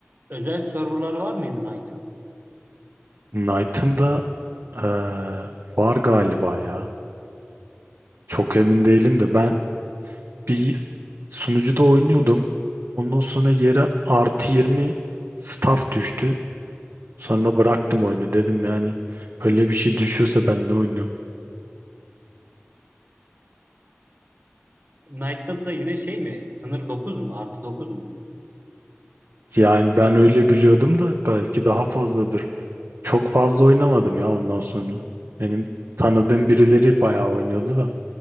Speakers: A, on the right; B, on the right.
A: özel serverları var mıydı Knight'ın?
B: Knight'ın da eee, var galiba ya. Çok emin değilim de ben bir sunucuda oynuyordum. Ondan sonra yere artı 20 staff düştü. Sonra bıraktım oyunu dedim yani böyle bir şey düşüyorsa ben ne oynuyorum?
A: Knight'ta da yine şey mi? Sınır 9 mu? Artı dokuz mu?
B: Yani ben öyle biliyordum da belki daha fazladır. Çok fazla oynamadım ya ondan sonra. Benim tanıdığım birileri bayağı oynuyordu da